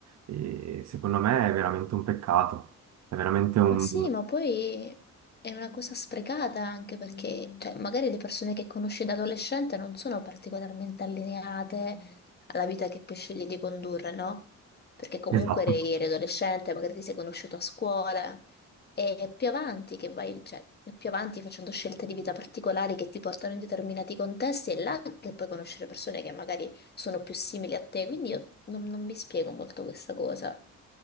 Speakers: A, on the right; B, on the left.
A: E secondo me è veramente un peccato. È veramente un...
B: Ma sì, ma poi è una cosa sprecata anche perché, cioè, magari le persone che conosci da adolescente non sono particolarmente allineate alla vita che poi scegli di condurre, no? Perché comunque
A: Esatto.
B: eri, eri adolescente, magari ti sei conosciuto a scuola e è più avanti che vai, cioè, è più avanti facendo scelte di vita particolari che ti portano in determinati contesti è là che puoi conoscere persone che magari sono più simili a te, quindi io non non mi spiego molto questa cosa.